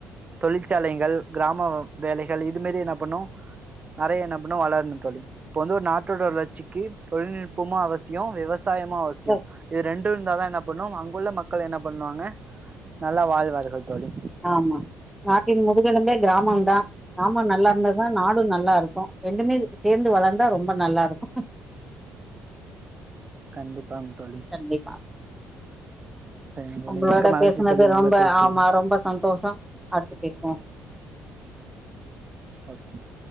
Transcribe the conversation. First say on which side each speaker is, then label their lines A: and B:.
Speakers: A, on the right; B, in the centre.
A: தொழிற்சாலைகள் கிராம வேலைகள் இது மாரி என்ன பண்ணும் நெறைய என்ன பண்ணும் வளரணு தோழி இப்போ வந்து ஒரு நாட்டோட வளர்ச்சிக்கு தொழில்நுட்பமு அவசியோ விவ வசாயமு அவசியோ
B: தான்.
A: இது ரெண்டு இருந்தாதா அப்பன்னா அங்குள்ள மக்கள் என்ன பண்ணாங்க நல்லா வாழ் <unintelligible> தோழி
B: ஆமா நாட்டின் முதுகெலும்பே கிராமந்தா கிராமம் நல்லா இருந்தாதா நாடும் நல்லா இருக்கு ரெண்டுமே சேந்து வளந்தா ரொம்ப நல்லா இருக்கு
A: கண்டிப்பாங்க தோழி
B: கண்டிப்பா
A: சரிங்க தோழி
B: உங்களோட
A: மிக்க மகிழ்ச்சி
B: பேசினது
A: தோழி உங்களோட
B: ரொம்ப
A: பேசியது
B: ஆமா ரொம்ப சந்தோஷோ அடுத்து பேசுவோ
A: ஓகே <unintelligible>